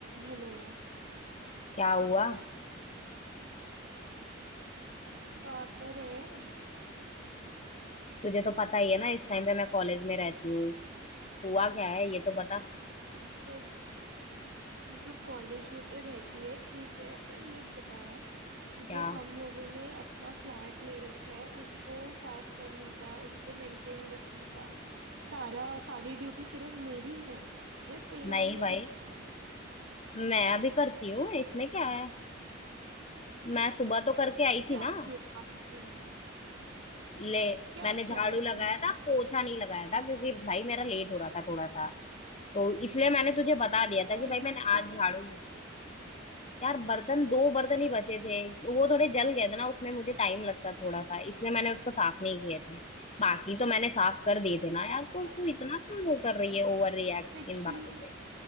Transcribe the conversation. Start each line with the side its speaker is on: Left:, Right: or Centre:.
Right: हेलो
Left: क्या हुआ
Right: कहाँ पर है
Left: तुझे तो पता ही है ना इस टाइम पे मैं कॉलेज में रहती हूँ हुआ क्या है ये तो बता
Right: पर तू कॉलेज में तो रहती है ठीक है पर ये बता
Left: क्या
Right: जो हम लोगों ने अपना फ्लैट ले रखा है उसको साफ करने का उसको मेंटेन रखने का सारा सारी ड्यूटी सिर्फ मेरी है या तेरा
Left: नहीं
Right: भी
Left: भाई
Right: कुछ है
Left: मैं अभी करती हूँ इसमें क्या है मैं सुबह तो करके आई
Right: क्या
Left: थी ना
Right: किया आज तूने
Left: ले
Right: क्या
Left: मैंने झाड़ू
Right: किया आज
Left: लगाया
Right: तूने
Left: था पोछा नहीं लगाया था क्योंकि भाई मेरा लेट हो रहा था थोड़ा सा तो इसलिए मैंने तुझे बता दिया था
Right: और
Left: कि भाई
Right: बर्तन
Left: मैंने आज झाड़ू यार बर्तन दो बर्तन ही बचे थे वो थोड़े जल गए थे ना उसमें मुझे टाइम लगता थोड़ा सा इसलिए मैंने उसको साफ नहीं किए थे बाकी तो मैंने साफ कर दिए थे ना यार तो
Right: यार
Left: तू इतना क्यों वो कर रही है ओवर रिएक्ट
Right: पिछली
Left: इन बातों पे